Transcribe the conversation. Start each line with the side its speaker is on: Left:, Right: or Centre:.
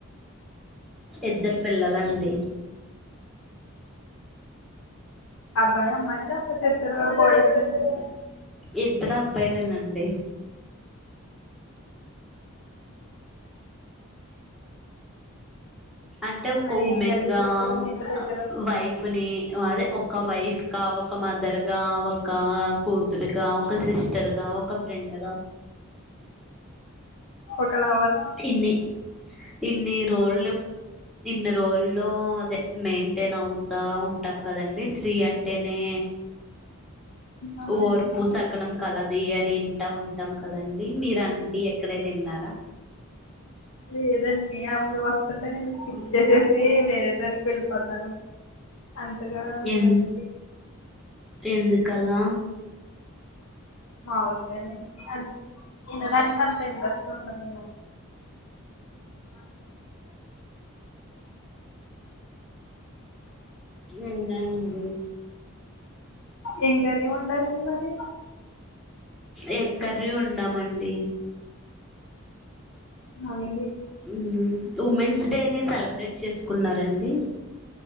Centre: ఇద్దరు పిల్లలండి
Left: అబ్బాయ అమ్మాయ లేపోతే ఇద్దరు బాయిస్ ఏ న
Centre: ఇద్దరు అబ్బాయిలేనండి అంటే ఒక
Left: మరి
Centre: ఉమెన్
Left: ఏం కర్రీస్
Centre: గా
Left: చేస్తారు మీ ఇంటి దగ్గర
Centre: అ వైఫ్ ని అదే ఒక వైఫ్గా ఒక మదర్గా ఒక కూతురుగా ఒక సిస్టర్గా ఒక ఫ్రెండ్గా
Left: ఒక లవర్
Centre: ఇన్ని ఇన్ని రోళ్లు ఇన్ని రోల్లో అదే మెయింటైన్ అవుతా ఉంటాం కదండి స్త్రీ అంటేనే
Left: అవునండి
Centre: ఓర్పు సకనం కలా అది అని ఇంటా ఉంటాం కదండి మీరు అంటి ఎక్కడే నిన్నారా
Left: లేదండి అబువా ఎకుంటే నేను స్కిల్ చేసేసి వేరే దానికి వెళ్ళిపోతాను అంతగా విననండి
Centre: ఎందు ఎందుకలా
Left: మామూలుగానే అ వినడాానికి అంత ఇంట్రెస్ట్ ఉండదండి
Centre: నినందు
Left: ఇం కర్రీ వండరండి మరి
Centre: ఎగ్ కర్రీ ఒండమండి
Left: అని
Centre: ఉమ్ ఉమెన్స్ డేని సెలబ్రేట్ చేసుకున్నరండి